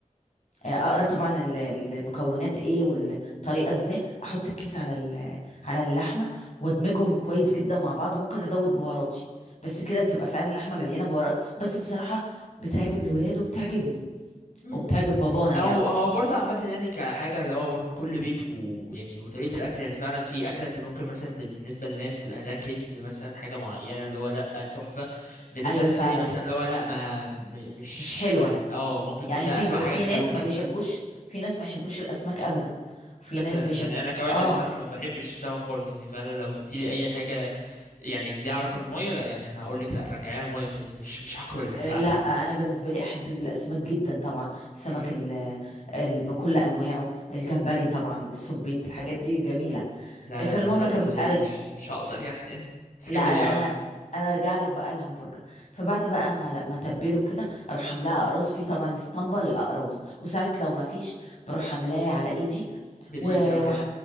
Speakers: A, on the left; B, on the left.
A: آه، اقرا طبعا ال- المكونات ايه والطريقه ازاي احط الكيس على ال- على اللحمه وادمجهم كويس جدا مع بعض وممكن ازود بهاراتي بس كده بتبقى فعلا اللحمه مليانه بهارات بس بصراحه بتعجب الولاد وبتعجبني
B: مم.
A: وبتعجب بابانا
B: هو
A: يعني
B: هو برضه عامة يعني كحاجة اللي هو برضه كل بيت ويعني وطريقة الأكل يعني فعلا في أكلة أنت ممكن مثلا بالنسبة للناس تبقى ده كنز مثلا حاجة معينة اللي هو لأ تحفة بالنسبة
A: ايوه
B: للناس
A: فعلا
B: تانيين مثلا اللي هو لأ ما م- مش
A: مش حلوه
B: يعني اه ممكن يكون
A: يعني
B: ده
A: في
B: أسوأ
A: ب...
B: حاجة
A: في ناس
B: كلوه
A: ما
B: مثلا
A: بيحبوش في ناس ما يحبوش الاسماك ابدا وفي
B: مثلا
A: ناس بيحب
B: يعني أنا كواحد
A: اه
B: الصراحة ما بحبش السمك خالص يعني فعلا لو جبت لي أي حاجة يعني ليها علاقة بالمية لأ يعني أنا هقول لك لأ رجعيها المية تاني مش مش هاكلها
A: آه،
B: <laughs> فعلا
A: لا انا بالنسبه لي احب الاسماك جدا طبعا السمك
B: مم.
A: ال ال بكل انواعه الجمبري طبعا السبيط الحاجات دي جميله
B: لا لا
A: فالمهم
B: أنا فعلا
A: كم
B: بالنسبة
A: أرج...
B: لي مش مش هقدر يعني <laughs> بس
A: لا
B: كملي
A: انا
B: اه
A: انا ارجع لك بقى الهمبرجر فبعد بقى ما ما تبله كده اروح عاملاه اقراص في طبعا اسطمبه للاقراص وساعات لو ما فيش بروح عاملاه على ايدي
B: بالإيد
A: و
B: اه كده
A: وح...